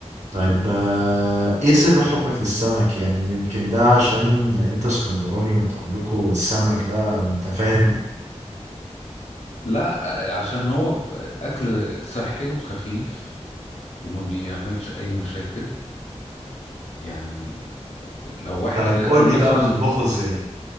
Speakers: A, on the right (about 75°); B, on the left (about 65°).
A: طيب آه، ايه سر حبك للسمك يعني يمكن ده عشان انت اسكندراني وانت عندكوا السمك بقى وانت فاهم
B: لا عشان هو ب- أكل صحي وخفيف وما بيعملش أي مشاكل يعني لو واحد
A: طيب
B: هياكل
A: قول لي
B: مثلا
A: بقى بتطبخه ازاي